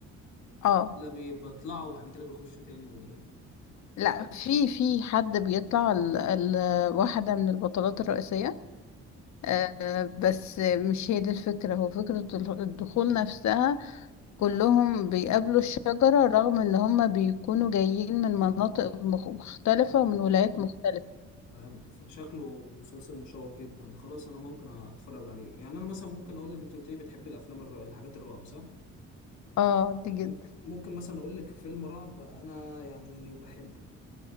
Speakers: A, on the left; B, on the left.
A: آه.
B: لا بي- بيطلعوا بعد كده بيخشوا تاني ولا ايه
A: لا في في حد بيطلع ال ال واحدة من البطلات الرئيسية آه، بس مش هي دي الفكرة هو فكرة الدخول نفسها كلهم بيقابلوا الشجرة رغم ان هم بيكونوا جايين من مناطق مخ- مختلفة
B: مم.
A: ومن ولايات مختلفة
B: فهمتك فشكله مسلسل مشوق جدا خلاص انا ممكن اتفرج عليه يعني انا مثلا ممكن اقول لك انت قلت لي بتحبي الافلام الر... الحاجات الرعب صح
A: اه دي جدا
B: مم- ممكن مثلا اقول لك فيلم رعب انا يعني بحبه